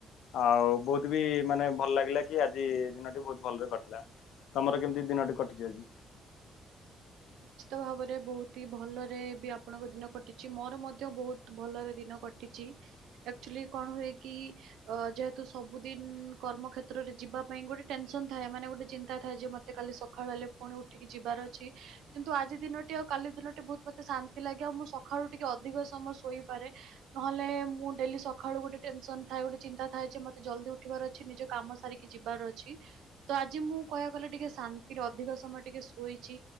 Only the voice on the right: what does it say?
ନିଶ୍ଚିତ ଭାବରେ ବହୁତ ହି ଭଲରେ ବି ଆପଣଙ୍କ ଦିନ କଟିଛି ମୋର ମଧ୍ୟ ବହୁତ ଭଲରେ ଦିନ କଣ ହୁଏ କି ଯେହେତୁ ସବୁଦିନ କର୍ମ କ୍ଷେତ୍ରରେ ଯିବା ପାଇଁ ଗୋଟେ ଟେନସନ ଥାଏ ମାନେ ଗୋଟେ ଚିନ୍ତା ଥାଏ ଯେ ମତେ କାଲି ସକାଳ ହେଲେ ପୁଣି ଉଠିକି ଯିବାର ଅଛି କିନ୍ତୁ ଆଜି ଦିନଟି ଆଉ କାଲି ଦିନଟି ବହୁତ ମତେ ଶାନ୍ତି ଲାଗେ ଆଉ ମୁଁ ସକାଳୁ ଟିକେ ଅଧିକ ସମୟ ଶୋଇ ପା ପାରେ ନହେଲେ ମୁଁ ଡେଲି ସକାଳୁ ଗୋଟେ ଟେନସନ୍ ଥାଏ ଗୋଟେ ଚିନ୍ତା ଥାଏ ଯେ ମତେ ଜଲ୍ଦି ଉଠିବାର ଅଛି ନିଜ କାମ ସାରିକି ଯିବାର ଅଛି ତ ଆଜି ମୁଁ କହିବାକୁ ଗଲେ ଟିକେ ଶାନ୍ତିରେ ଅଧିକ ସମୟ ଟିକେ ଶୋଇଛି